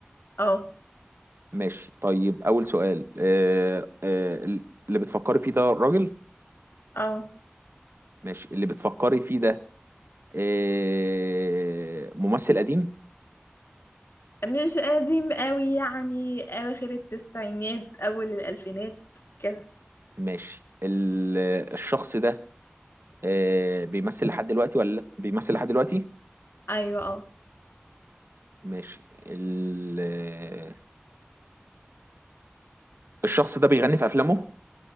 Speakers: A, on the left (about 70°); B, on the right (about 65°).
A: اه
B: ماشي طيب اول سؤال آه، آه، اللي بتفكري فيه ده راجل
A: اه
B: ماشي اللي بتفكري فيه ده آه، ممثل قديم
A: مش قديم قوي يعني اواخر التسعينات اول الالفينات كده
B: ماشي ال- آه، الشخص ده آه، بيمثل لحد دلوقتي ولا لأ؟ بيمثل لحد دلوقتي
A: ايوه اه
B: ماشي ال... آه، الشخص ده بيغني في افلامه